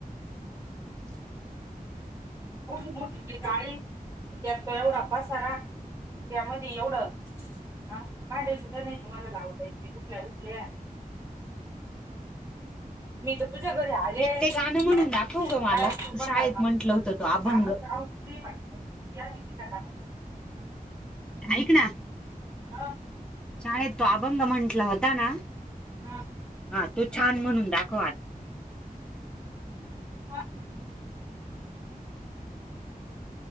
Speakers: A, in the centre; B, on the right (about 20°).
A: <inaudible>
B: ठठ काळी त्यात तो एवढा पाासारा. त्यामध्ये एवढं ह भांड्या सुद्धा नाही तुम्हाला लावताय के गुठल्या गुठल्या मी तर तुझ्या घरी आलेय
A: एक ते
B: काय
A: गाणं म्हणून दाखव ग मला
B: चुकान
A: तू शाळेत
B: करपना काम.
A: म्हंटलं होत तो अभंग
B: पण. त क रिती कवा
A: ऐक ना
B: हा.
A: शाळेत तो अबंग म्हंटला होता ना
B: हा
A: हा तो छान म्हणून दाखवा.
B: हा.